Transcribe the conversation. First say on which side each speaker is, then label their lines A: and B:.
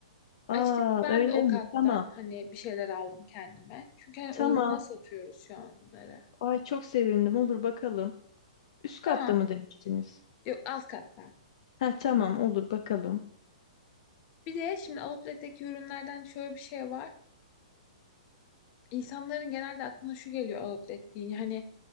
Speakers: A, on the left; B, on the left.
A: aa
B: Açıkçası ben
A: öyle
B: de o
A: mi?
B: kattan
A: Tamam.
B: hani bir şeyler aldım kendime. Çünkü hani
A: Tamam.
B: uyguna satıyoruz şu an onları.
A: Ay çok sevindim. Olur bakalım. Üst katta
B: Tamam.
A: mı demiştiniz?
B: Yok alt kattan.
A: Ha tamam olur bakalım.
B: Bir de şimdi outlet'teki ürünlerden şöyle bir şey var. İnsanların genelde aklına şu geliyor outlet deyince hani